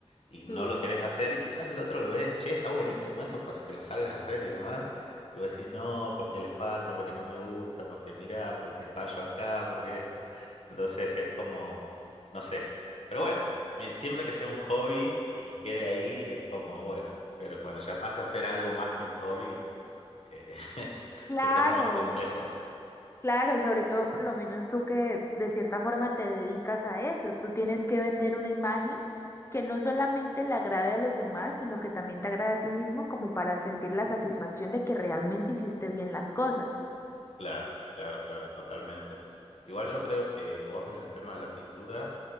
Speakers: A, on the left; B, on the left.
A: y no
B: Sí,
A: lo querés hacer y quizás el otro lo ves, che, está buenísimo eso para que lo salgas a hacer y demás, y vos decís, no, porque le falta, porque no me gusta, porque mirá, porque fallo acá, porque esto, entonces es como, no sé, pero bueno. Mien- Siempre que sea un hobby y quede ahí, es como bueno, pero cuando ya pasa a ser algo más que un hobby, eh, <laughs>
B: claro.
A: se torna más complejo.
B: Claro, sobre todo por lo menos tú que de cierta forma te dedicas a eso, tú tienes que vender una imagen que no solamente le agrade a los demás, sino que también te agrade a ti mismo como para sentir la satisfacción de que realmente hiciste bien las cosas.
A: Claro, claro, claro, totalmente. Igual yo creo que vos en el tema de la pintura,